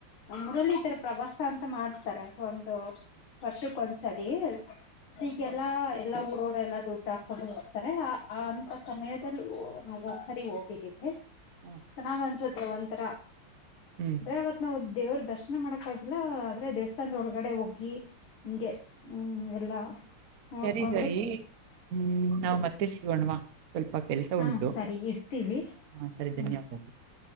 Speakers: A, on the left; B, on the right.
A: ನಮ್ಮ ಊರಲ್ಲಿ ತರ. ಪ್ರವಾಸ ಅಂತ ಮಾಡ್ತಾರೆ ಒಂದು ವರ್ಷಕ್ಕ ಒಂದ್ಸರಿ. ಈಗೆಲ್ಲಾ ಎಲ್ಲಾ ಊರವರೆ ಎಲ್ಲಾ ದುಡ್ಡು ಹಾಕೊಂಡು ಹೋಗ್ತಾರೆ ಅಂತ ಸಮಯದಲ್ಲಿ. ನಾ ಒಂದ್ಸರಿ ಹೋಗಿದ್ದೀವಿ.
B: <inaudible>
A: ಚೆನ್ನಾಗ್ ಅನ್ಸೋತೆ ಒಂತರಾ
B: ಹ್ಮ್
A: ಆದ್ರೆ
B: <unintelligible>
A: ಅವತ್ ನಾವು ದೇವ್ರ ದರ್ಶನ ಮಾಡಕ್ ಆಗಿಲ್ಲ ಆದ್ರೆ ದೇವಸ್ಥಾನದ ಒಳಗಡೆ ಹೋಗಿ ಹಿಂಗೆ ಹ್ಮ್ ಎಲ್ಲಾ ನೋಡ್ಕೊಂಡು
B: ಸರಿ ಸರಿ ಹ್ಮ್ ನಾವ್ ಮತ್ತೆ ಸಿಗೋಣ್ವಾ ಸ್ವಲ್ಪ ಕೆಲಸ
A: ಹಾ
B: ಉಂಟು
A: ಸರಿ ಇಡ್ತೀವಿ
B: ಹ ಸರಿ
A: ಹ್ಮ್
B: ಧನ್ಯವಾದಗಳು